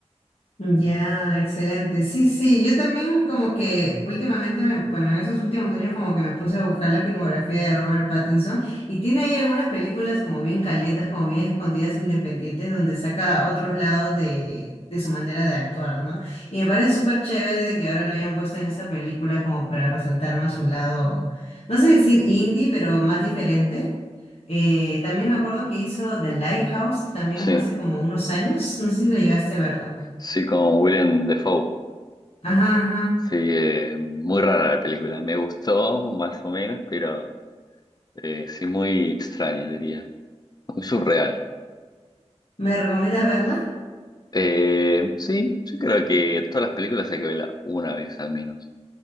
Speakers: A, on the left; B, on the left.
A: Ya, excelente. Sí, sí, yo también como que últimamente, me, bueno, en esos últimos años como que me puse a buscar la filmografía de Robert Pattinson y tiene ahí algunas películas como bien caletas, como bien escondidas, independientes, donde saca otros lados de, de su manera de actuar, ¿no? Y me parece súper chévere de que ahora lo hayan puesto en esta película como para resaltar más su lado, no sé decir indie, pero más diferente. Eh, también me acuerdo que hizo The Lighthouse también
B: Sí,
A: hace como unos años, no sé si le llegaste a ver también.
B: Sí, con William Defoe.
A: Ajá, ajá.
B: Sí, eh, muy rara la película. Me gustó más o menos, pero eh, sí muy extraña, diría. Muy surreal.
A: ¿Me recomiendas verla?
B: Eh, sí, yo creo que todas las películas hay que verlas una vez al menos.